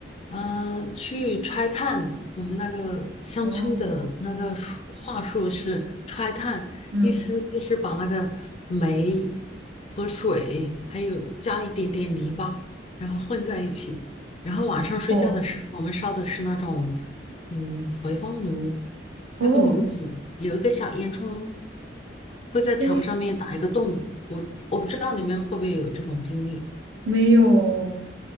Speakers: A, on the left; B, on the right.
A: 嗯、呃去拆炭。我们那个乡村的那个术话术是拆炭，
B: 哦，嗯，
A: 意思就是把那个煤和水，还有加一点点泥巴，然后混在一起。然后晚上睡觉的时候，
B: 哦，
A: 我们烧的是那种嗯回风炉，
B: 哦，
A: 那个炉子有一个小烟囱，会在墙上面打一个洞。
B: 哎，
A: 我我不知道你们会不会有这种经历。
B: 没有，